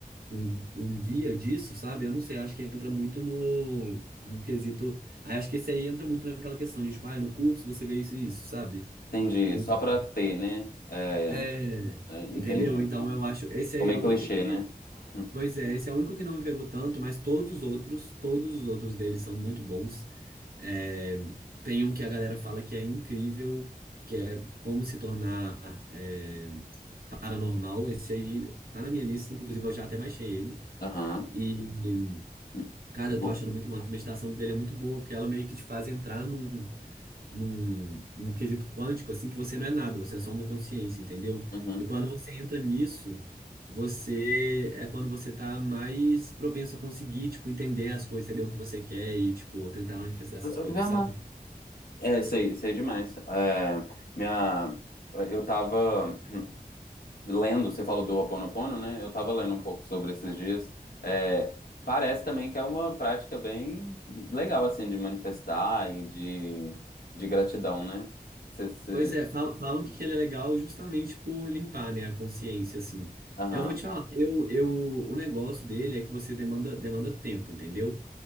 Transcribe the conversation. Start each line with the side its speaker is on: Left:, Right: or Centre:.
Right: um, um guia disso, sabe? Eu não sei, acho que entra muito no, no quesito. Aí Acho que esse aí entra muito naquela questão de, tipo, ah, no curso você vê isso e isso, sabe?
Left: Entendi.
Right: Então.
Left: Só pra ter, né? É.
Right: É,
Left: É, Entendi.
Right: entendeu? Então eu acho, esse
Left: Comer
Right: aí é o
Left: clichê,
Right: único que,
Left: né? Hum,
Right: pois é, esse é o único que não me pegou tanto, mas todos os outros, todos os outros deles são muito bons. É, tem um que a galera fala que é incrível, que é Como Se Tornar é, Paranormal. Esse aí tá na minha lista, inclusive eu já até baixei ele.
Left: Aham.
Right: E,
Left: Hum,
Right: cara,
Left: vou-
Right: eu tô achando muito massa. A meditação dele é muito boa, porque ela meio que te faz entrar num num, num quesito quântico, assim, que você não é nada, você é só uma consciência, entendeu?
Left: Uhum.
Right: E quando você entra nisso, você é quando você tá mais propenso a conseguir, tipo, entender as coisas, entender o que você quer e, tipo, tentar manifestar essas
Left: Uh,
Right: coisas,
Left: Velma.
Right: sabe?
Left: É, sei, sei demais. É, minha, eu tava lendo, você falou do Ho Oponopono, né? Eu tava lendo um pouco sobre esses dias. É, parece também que é uma prática bem legal, assim, de manifestar e de, de gratidão, né? Você, você...
Right: Pois é, fala- falam que ele é legal justamente por limpar, né, a consciência, assim.
Left: Aham.
Right: Eu vou te falar, eu, eu, o negócio dele é que você demanda, demanda tempo, entendeu?